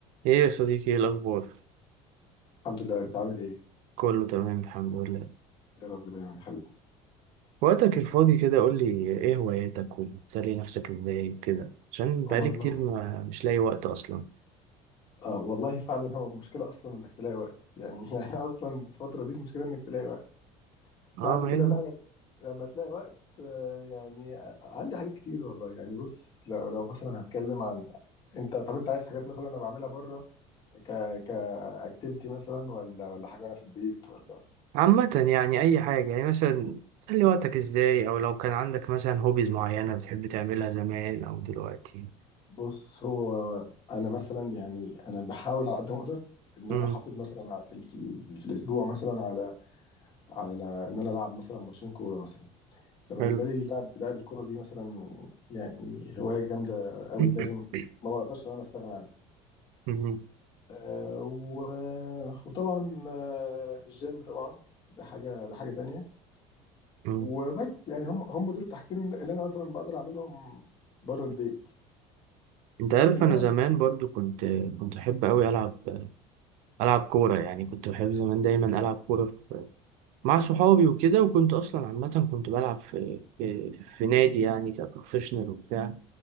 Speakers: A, on the right; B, on the left.
A: ايه يا صديقي ايه الاخبار
B: الحمد لله انت عامل ايه
A: كله تمام الحمد لله
B: يا رب دايما يا حبيبي
A: وقتك الفاضي كده قول لي ايه هواياتك وبتسلي نفسك ازاي وكده عشان بقالي
B: والله
A: كتير ما مش لاقي وقت اصلا
B: آه والله فعلا هو المشكله اصلا انك تلاقي وقت يعني <laughs> يعني اصلا الفتره دي المشكله انك تلاقي وقت
A: اه
B: بعد
A: ما
B: كده
A: هي-
B: بقى لما تلاقي وقت آه يعني آه، عندي حاجات كتير والله يعني بص لو لو مثلا هتكلم عن انت طب انت عايز حاجات مثلا انا بعملها بره ك كاكتيفيتي مثلا ولا ولا حاجه انا في البيت ولا
A: عامة يعني اي حاجة يعني مثلا تسلي وقتك ازاي او لو كان عندك مثلا هوبيز معينة بتحب تعملها زمان او دلوقتي
B: بص هو انا مثلا يعني انا بحاول على قد ما اقدر ان
A: امم
B: انا احافظ مثلا على- في في في الاسبوع مثلا على ان انا العب مثلا ماتشين كوره مثلا فبالنسبه
A: حلو
B: لي لعب لعب الكوره دي مثلا يعني هوايه جامده قوي
A: <coughs>
B: لازم
A: <clears throat>
B: ما بقدرش ان انا استغنى عنها
A: مم.
B: آه و... وطبعا آه الجيم طبعا ده حاجه ده حاجه تانية
A: مم.
B: وبس يعني هم هم دول الحاجتين اللي انا مثلا بقدر اعملهم بره البيت
A: انت عارف
B: انما
A: انا زمان برضو كنت كنت احب قوي العب العب كورة يعني كنت بحب زمان دايما العب كورة مع صحابي وكده وكنت اصلا عامه كنت بلعب في في, في نادي يعني كبروفيشنال وبتاع